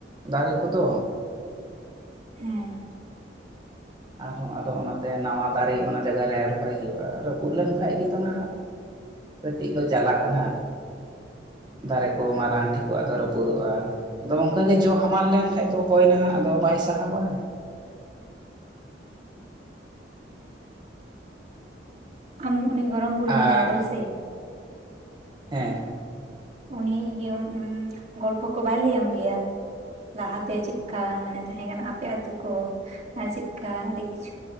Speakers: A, on the right; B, on the right.
A: ᱫᱟᱨᱮ ᱠᱚᱫᱚ᱾
B: ᱦᱮᱸ
A: ᱟᱨᱦᱚᱸ ᱟᱫᱚ ᱚᱱᱟᱛᱮ ᱱᱟᱣᱟ ᱫᱟᱨᱮ ᱚᱱᱟ ᱡᱟᱭᱜᱟ ᱨᱮ ᱨᱚᱦᱚᱭ ᱦᱩᱭᱩᱜᱼᱟ ᱨᱟᱹᱯᱩᱫ ᱞᱮᱱᱠᱷᱟᱡ ᱜᱮᱛᱚ ᱱᱟᱦᱟᱜ- ᱠᱟᱹᱴᱤᱡ ᱠᱚ ᱪᱟᱞᱟᱜ ᱠᱟᱱᱟ ᱫᱟᱨᱮ ᱠᱚ ᱢᱟᱨᱟᱝ ᱴᱷᱤᱠᱚᱜ ᱟᱫᱚ ᱨᱟᱹᱯᱩᱫᱚᱜᱼᱟ ᱟᱫᱚ ᱚᱱᱠᱟᱜᱮ ᱡᱚ ᱦᱟᱢᱟᱞ ᱞᱮᱱᱠᱟᱱ ᱫᱚ ᱦᱚᱭ ᱱᱟᱦᱟᱜ ᱟᱫᱚ ᱵᱟᱭ ᱥᱟᱦᱟᱵᱟᱼᱟ,
B: ᱟᱢ ᱩᱱᱤ ᱜᱚᱲᱚᱢ ᱵᱩᱲᱦᱤ
A: ᱟᱨ
B: ᱢᱮᱱᱟᱭ ᱫᱚ ᱦᱮᱸᱥᱮ-
A: ᱦᱮᱸ
B: ᱩᱱᱤ ᱤᱭᱟᱹ ᱜᱚᱞᱯᱚ ᱠᱚ ᱵᱟᱭ ᱞᱟᱹᱭᱟᱢ ᱜᱮᱭᱟ᱾ ᱞᱟᱦᱟᱛᱮ ᱪᱮᱫᱠᱟ ᱢᱟᱱᱮ ᱛᱟᱦᱮᱸ ᱠᱟᱱᱟ ᱟᱯᱮ ᱟᱛᱳ ᱠᱚ᱾ ᱟᱨ ᱪᱮᱫ ᱞᱮᱠᱟ ᱟᱹᱰᱤ ᱠᱤᱪᱷᱩ